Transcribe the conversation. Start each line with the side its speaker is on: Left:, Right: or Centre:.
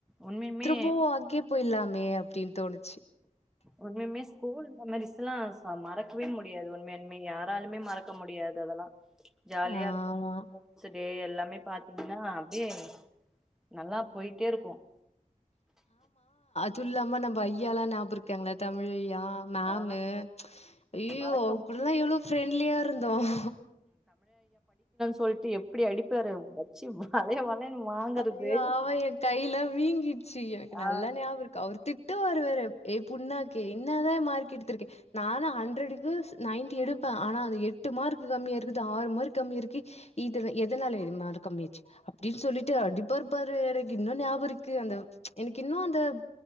Centre: உண்மையுமே
Left: திரும்பவும் அங்கே உப்பு இல்லாமே அப்டின்ட்டு தோணிச்சு
Centre: உண்மயுமே ஸ்கூல் மெமரிசலாம் ஆஹ மறக்கவே முடியாது உண்மயுமே யாராலுமே மறக்க முடியாது அதெல்லாம் ஜாலியா
Left: ஆமா
Centre: இருக்கும் எல்லாமே பாத்தீங்கன்னா அப்டியே நல்லா போயிட்டே இருக்கும்
Left: துள்ளாம நம்ப ஐயால்லா ஞாபகோ இருக்காங்களா தமிழ் ஐயா மேமு
Centre: ஆ
Left: ஐயோ
Centre: மறக்க
Left: அவங்க கூடலாம் எவ்வளவு ப்ரெண்ட்லியா இருந்தோம்
Centre: சொல்லிட்டு எப்டி அடிப்பாரு வச்சு வளைய வளையன்னு வாங்கறது
Left: அ ஆ என் கையெல்லாம் வீங்கிடுச்சு எனக்கு நல்லா
Centre: ஆ
Left: ஞாபகம் இருக்கு அவர் டு வருவாரு எ புனாக்கே என்னதா மார்க் எடுத்திருக்கே நானு ஹண்ட்ரடுக்கு நைன்டி எடுப்பே ஆனா அது எட்டு மார்க் கம்மியா இருக்குது ஆறு மார்க் கம்மியா இருக்கு இதல எதனால இ மார்க் கம்மியாச்சி அப்டின்னு சொல்லிட்டு அடிப் பாரு எனக்கு இன்னு ஞாபருக்கு அந்த எனக்கு இன்னு அந்த